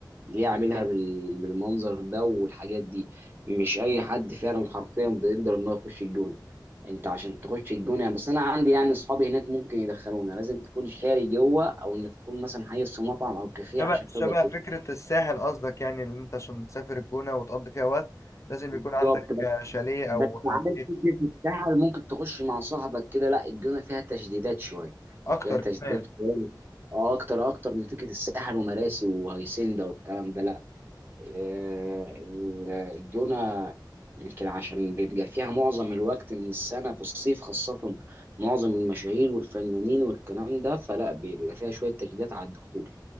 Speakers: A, on the right (about 30°); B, on the left (about 40°).
A: ليه عاملها بال- بالمنظر ده والحاجات دي مش أي حد فعلا حرفيا بيقدر إن هو يخش الجونة أنت عشان تخش الجونة يعني بس أنا عندي يعني أصحابي هناك ممكن يدخلونا لازم تكون شاري جوه أو إنك تكون مثلا حيز في مطعم أو كافيه
B: شبه
A: عشان
B: شبه
A: تقدر تدخل
B: فكرة الساحل قصدك يعني اللي انت عشان تسافر الجونة وتقضي فيها وقت لازم
A: بالظبط
B: يكون عندك آه، شاليه
A: بس
B: او آه،
A: عارف
B: بيت
A: فكرة السهل ممكن تخش مع صاحبك كده لا الجونة فيها تشديدات شوية
B: اكتر
A: فيها تشديدات
B: كمان
A: شوية اه اكتر اكتر من فكرة الساحل ومراسي وهيسندا والكلام ده لا آه، ال- الجونة يمكن عشان بيبقى فيها معظم الوقت من السنة في الصيف خاصة معظم المشاهير والفنانين والكلام ده فلا بيبقى فيها شوية تشديدات على الدخول